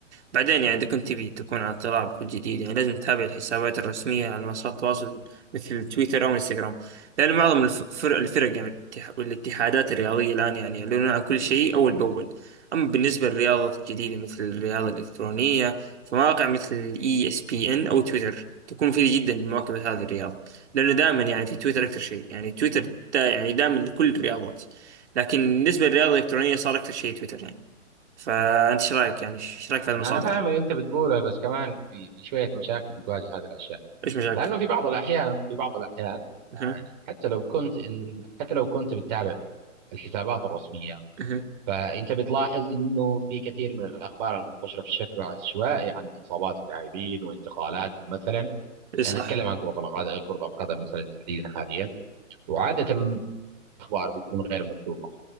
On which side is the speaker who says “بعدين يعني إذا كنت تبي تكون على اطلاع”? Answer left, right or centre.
Right